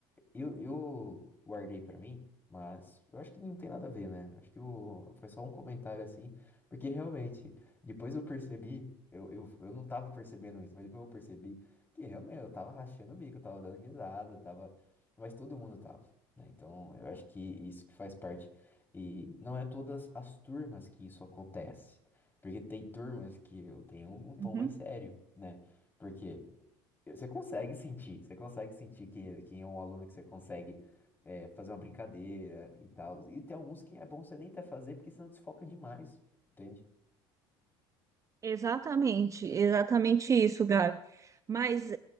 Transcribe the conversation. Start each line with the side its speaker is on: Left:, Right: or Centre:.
Left: Eu, eu guardei pra mim, mas eu acho que não tem nada a ver, né? Acho que o foi só um comentário assim, porque realmente, depois eu percebi, eu, eu, eu não tava percebendo isso, mas depois eu percebi que realmente eu tava rachando o bico, eu tava dando risada, tava, mas todo mundo tava, né? Então eu acho que isso que faz parte, e não é todas as turmas que isso acontece, porque tem turmas que eu tenho um tom
Right: Uhum.
Left: mais sério, né? Por quê? Você consegue sentir, você consegue sentir quem, quem é um aluno que você consegue é, fazer uma brincadeira e tal. E tem alguns que é bom você nem até fazer, porque senão desfoca demais, entende?
Right: Exatamente, exatamente isso, Gabi. Mas